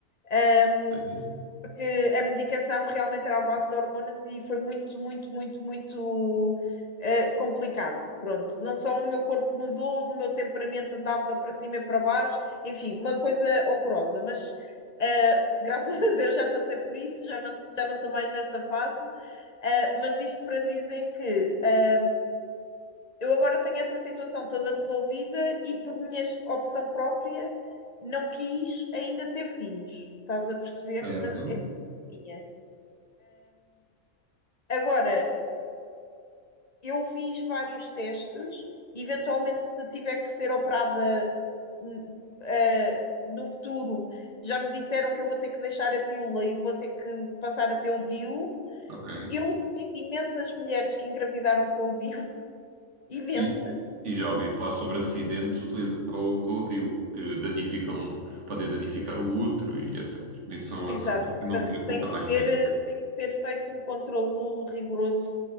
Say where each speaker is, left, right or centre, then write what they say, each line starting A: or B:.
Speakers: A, on the left; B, on the right.
A: Um,
B: ok,
A: porque a medicação realmente era à base de hormonas e foi muito, muito, muito, muito uh, complicado. Pronto, não só o meu corpo mudou, o meu temperamento andava para cima e para baixo, enfim, uma coisa horrorosa, mas. uh, <laughs> graças a Deus já passei por isso, já não, já não estou mais nessa fase, Uh, mas isto para dizer que uh, eu agora tenho essa situação toda resolvida e por minha opção própria não quis ainda ter filhos, estás a perceber?
B: certo,
A: Mas tinha. Agora, eu fiz vários testes, eventualmente se tiver que ser operada n- eh, no futuro, já me disseram que eu vou ter que deixar a pílula e vou ter que passar a ter o DIU.
B: ok.
A: Eu sei de imensas mulheres que engravidaram com o DIU, <laughs> imensas.
B: E, e já ouvi falar sobre acidentes utiliz- com, o- com o DIU, que danificam, podem danificar o útero e etc. Isso são outros,
A: Exato,
B: fatores que eu não
A: portanto
B: me queria colocar
A: tem que
B: mais
A: ser,
B: medo.
A: tem que ser feito um controlo rigoroso,